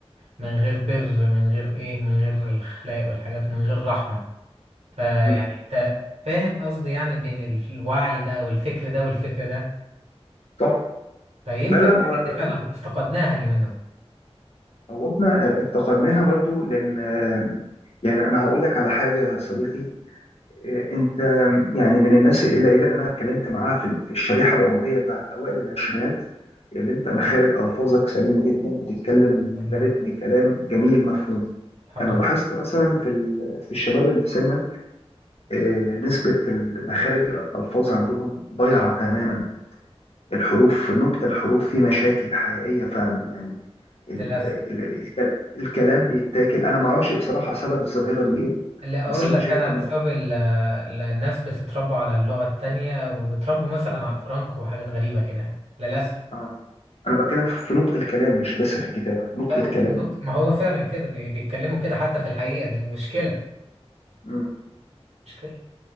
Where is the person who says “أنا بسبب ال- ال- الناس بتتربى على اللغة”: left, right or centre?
Right